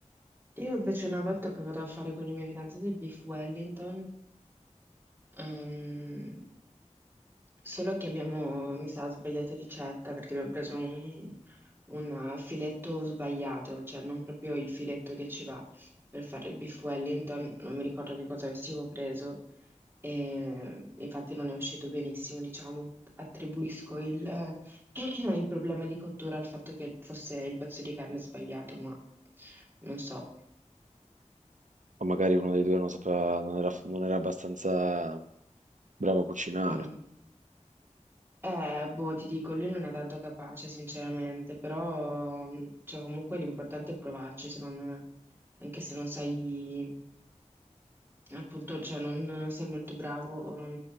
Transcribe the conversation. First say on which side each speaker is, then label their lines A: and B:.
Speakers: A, on the right (about 20°); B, on the right (about 80°).
A: io invece una volta ho provato a fare con i miei fidanzati del beef Wellington, ehm, solo che abbiamo, mi sa, sbagliato ricetta perché abbiamo preso un, un filetto sbagliato, cioè non proprio il filetto che ci va per fare il beef Wellington, non mi ricordo che cosa avessimo preso e infatti non è uscito benissimo, diciamo. Attribuisco il, <clears throat> il problema di cottura al fatto che fosse il pezzo di carne sbagliato, ma non so.
B: o magari uno dei due non sapeva, non era, non era abbastanza bravo a cucinare.
A: Mm. Eh, boh, ti dico, lui non è tanto capace, sinceramente, però mh, cioè, comunque l'importante è provarci, secondo me, anche se non sai, appunto, cioè, non, non sei molto bravo o non,